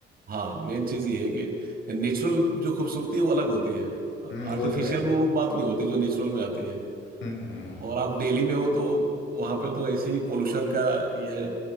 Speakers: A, on the right; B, on the left.
A: हाँ मेन चीज़ ये है कि नेचुरल जो खूबसूरती है वो अलग होती है
B: हम्म
A: आर्टिफिशियल
B: वो तो है
A: में वो बात नहीं होती जो नेचुरल में आती है
B: हम्म हम्म।
A: और आप दिल्ली में हो तो वहां पे तो ऐसी पोल्यूशन का ये है